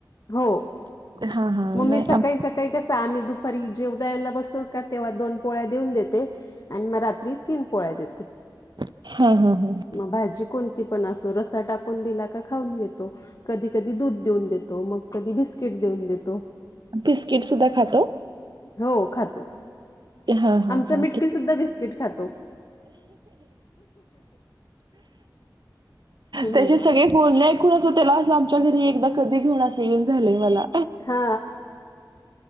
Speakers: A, on the left (about 50°); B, on the right (about 70°).
A: हो
B: हा हा
A: मग
B: नाही
A: मी सकाळी-सकाळी
B: आम
A: कस, आम्ही दुपारी जेवद्या यायला बसतो का तेव्हा दोन पोळ्या देऊन देते आणि मग रात्री तीन पोळ्या देते.
B: हम्म. हम्म. हम्म.
A: मग भाजी कोणती पण असो, रस्सा टाकून दिला का खाऊन घेतो. कधी-कधी दूध देऊन देतो, मग कधी बिस्किट देऊन देतो.
B: बिस्किट सुद्धा खातो?
A: हो खातो,
B: हा हा
A: आमचा
B: हा
A: मिट्टठी
B: किती
A: सुद्धा बिस्किट खातो. ह
B: त्याचे सगळे बोलणे एकूण असं त्यालां, आमच्या घरी एकदा कधी घेऊन असं येऊन झालंय मला.
A: हा